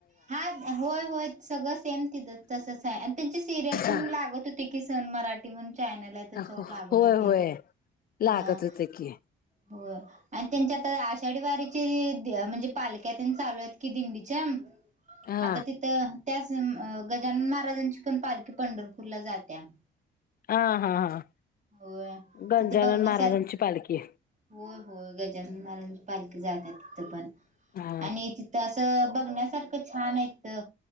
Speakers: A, on the right; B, on the left.
A: हा होय होय सगळं सेम तिथ तसच आहे. त्यांची सिरीयल
B: हा.
A: पण लागत होती की सन मराठी म्हणून चॅनेल आहे त्याच्यावर
B: हो-
A: लागत
B: होय
A: होते
B: होय
A: हा
B: लागत होते की
A: होय आणि त्यांच्या आता आषाढी वारी ची म्हणजे पालख्या तेन चालू आहेत की दिंडीच्या
B: हा
A: आता तिथं त्याचं अ गजानन महाराजांची पण पालखी पंढरपूरला जात्या.
B: हा हा हा
A: होय
B: गंजानन
A: तिथं बघण्यासारखं
B: महाराजांची पालखी
A: होय होय गजानन महाराजांची पालखी जात्यात. तिथं पण
B: हा
A: आणि तिथं असं बघण्यासारखं छान आहे त